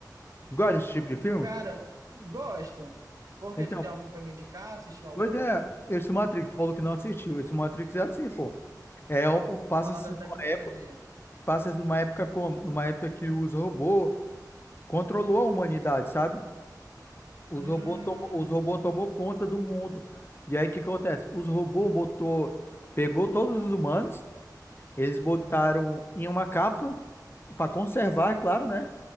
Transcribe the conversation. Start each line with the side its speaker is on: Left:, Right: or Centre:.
Left: Gosta desse tipo de filme?
Right: Cara, gosto. Por
Left: Então,
Right: quê? Tu tem algum para me indicar? Assistiu algum?
Left: pois é, esse Matrix, tu falou que não assistiu. Esse Matrix é assim, pô. É, o- o- passa-se
Right: Falar da
Left: numa
Right: tecnologia.
Left: época, passa-se numa época como? Numa época que os robôs controlou a humanidade, sabe? Os
Right: Hum,
Left: robôs tomou, os robôs tomou conta do mundo. E aí o que acontece? Os robôs botou, pegou todos os humanos, eles botaram em uma cápsula para conservar, é claro, né?